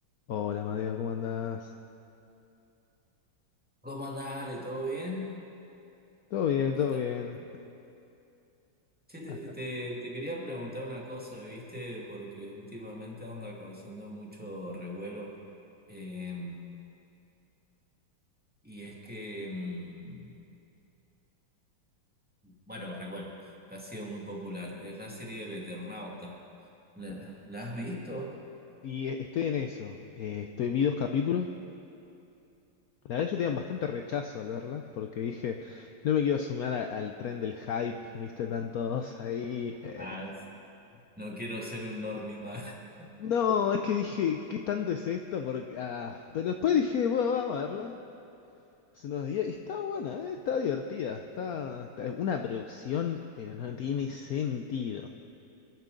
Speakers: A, on the left; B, in the centre.
A: Hola, Madeo, ¿cómo andás?
B: ¿Cómo andás, Ale? ¿Todo bien?
A: Todo bien,
B: ¿Qué
A: todo
B: tal?
A: bien.
B: todo? Che, te,
A: Acá.
B: te- te quería preguntar una cosa, ¿viste? Porque últimamente anda causando mucho revuelo. eh, y es que, mm, bueno, revuelo, ha sido muy popular. Es la serie del Eternauta. ¿La, la has visto?
A: Y eh, estoy en eso. eh, estoy, vi dos capítulos. La verdad, yo tenía bastante rechazo al verla, porque dije, no me quiero sumar a- al tren del hype, viste, tantos ahí. eh.
B: Ah, no quiero ser un normie más.
A: No, es que dije, ¿qué tanto es esto? Porque, ah, Pero después dije, bueno, vamos a verla. Hace unos días. Y está buena, eh, está divertida. Está, está- una producción, pero no tiene sentido.